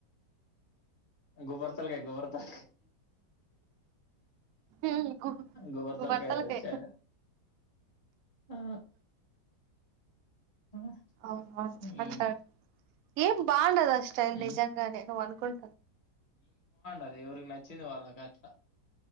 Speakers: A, on the left; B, on the right.
A: గోబ్బర్తల్క గోబర్తల
B: ఉమ్ గు
A: గోబర్తలకా
B: గుబర్తలకే
A: వచ్చా ఆ ఆ,
B: అవు
A: ఈ
B: అంటాడు ఏం బాండదా స్టైల్
A: ఏ?
B: నిజంగానే నువ్వు అనుకుం
A: అదే ఎవరికి నచ్చింది వాళ్ళ కాట్లా